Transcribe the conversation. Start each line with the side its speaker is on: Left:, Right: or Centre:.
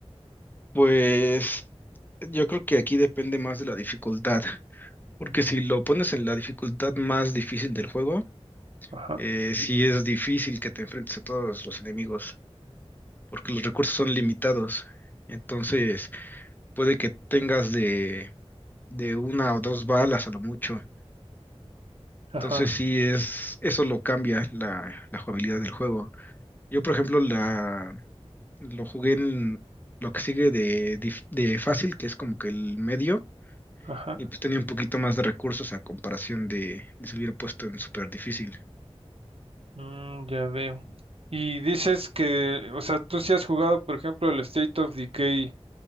Left: Pues yo creo que aquí depende más de la dificultad, porque si lo pones en la dificultad más difícil del juego,
Right: Ajá,
Left: eh, sí es difícil que te enfrentes a todos los enemigos, porque los recursos son limitados. Entonces puede que tengas de, de una o dos balas a lo mucho.
Right: ajá,
Left: Entonces sí es, eso lo cambia la, la jugabilidad del juego. Yo, por ejemplo, la, lo jugué en lo que sigue de, dif- de fácil, que es como que el medio,
Right: ajá.
Left: y pues tenía un poquito más de recursos a comparación de, de si lo hubiera puesto en súper difícil.
Right: Mm, ya veo. Y dices que, o sea, tú si has jugado, por ejemplo, el State of Decay,